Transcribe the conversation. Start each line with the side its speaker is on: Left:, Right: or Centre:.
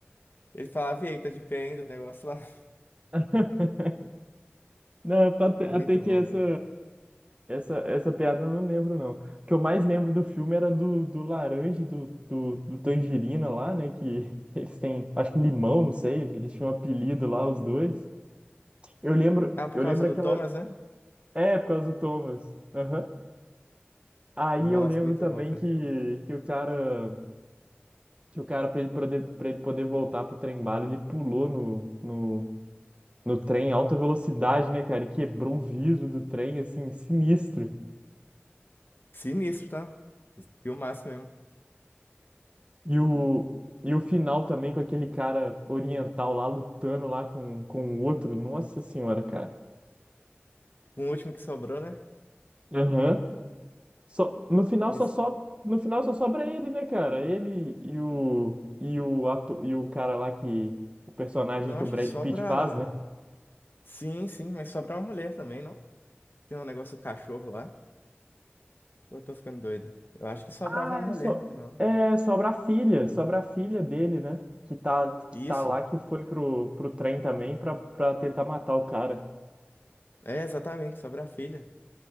Left: Ele falava, e aí, tá de pé ainda o negócio lá? <laughs>
Right: <laughs> Não, até
Left: Muito
Right: até que
Left: bom,
Right: essa.
Left: cara.
Right: Essa, essa piada eu não lembro, não. O que eu mais lembro do filme era do, do laranja, e do, do, do tangerina lá, né? Que <laughs> eles têm, acho que limão, não sei. Eles tinham um apelido lá, os dois. Eu lembro,
Left: Ah, por
Right: eu
Left: causa
Right: lembro
Left: do
Right: aquela.
Left: Thomas, né?
Right: É, por causa do Thomas. Aham. Aí
Left: Nossa,
Right: eu lembro
Left: muito
Right: também
Left: bom, cara.
Right: que, que o cara, que o cara, para ele poder, pra ele poder voltar pro trem bala, ele pulou no, no, no trem em alta velocidade, né, cara? E quebrou o vidro do trem, assim, sinistro.
Left: Sinistro, tá? Filmaço mesmo.
Right: E o, e o final também com aquele cara oriental lá lutando lá com, com o outro. Nossa senhora, cara.
Left: Com o último que sobrou, né?
Right: Aham. Só, no final
Left: Esse-
Right: só sobra, no final só sobra ele, né, cara? Ele e o e o ato, e o cara lá que o personagem
Left: Não,
Right: que
Left: acho
Right: o Brad
Left: que sobra.
Right: Pitt faz, né?
Left: Sim, sim, mas sobra uma mulher também, não? Tem um negócio do cachorro lá. Ou eu tô ficando doido? Eu acho que sobrava
Right: Ah,
Left: uma mulher
Right: é só
Left: no final.
Right: é, sobra a filha, sobra a filha dele, né? Que tá que
Left: Isso.
Right: tá lá que foi pro, pro trem também pra para tentar matar o cara.
Left: É, exatamente, sobra a filha.